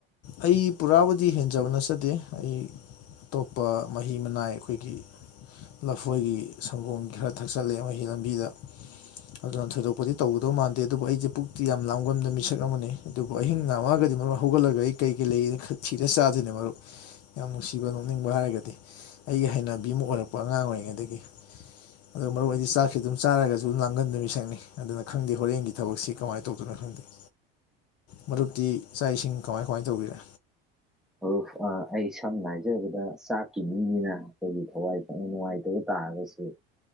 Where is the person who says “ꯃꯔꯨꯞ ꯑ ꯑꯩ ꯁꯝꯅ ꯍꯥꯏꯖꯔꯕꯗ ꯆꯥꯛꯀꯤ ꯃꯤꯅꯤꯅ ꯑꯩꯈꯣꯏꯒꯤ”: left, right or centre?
Centre